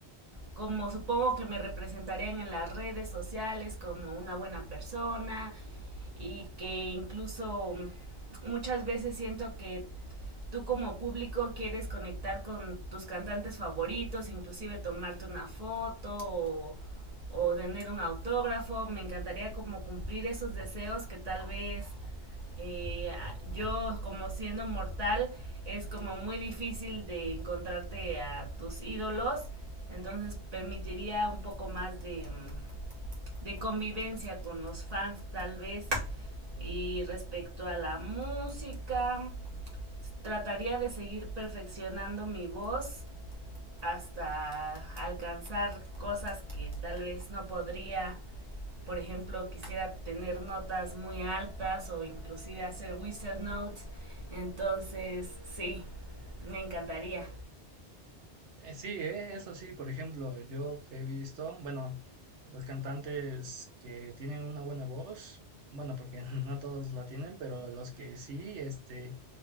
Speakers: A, on the right; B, on the right.
A: como supongo que me representarían en las redes sociales como una buena persona y que incluso muchas veces siento que tú como público quieres conectar con tus cantantes favoritos, inclusive tomarte una foto o, o tener un autógrafo. Me encantaría como cumplir esos deseos que tal vez eh, yo como siendo mortal es como muy difícil de encontrarte a tus ídolos. Entonces permitiría un poco más de, mm, de convivencia con los fans tal vez. Y respecto a la música, Trataría de seguir perfeccionando mi voz hasta alcanzar cosas que tal vez no podría. Por ejemplo, quisiera tener notas muy altas o inclusive hacer whistle notes. Entonces, sí, me encantaría.
B: Eh, sí, eh, eso sí, por ejemplo, yo que he visto, bueno, los cantantes que tienen una buena voz, bueno, porque <laughs> no todos la tienen, pero los que sí, este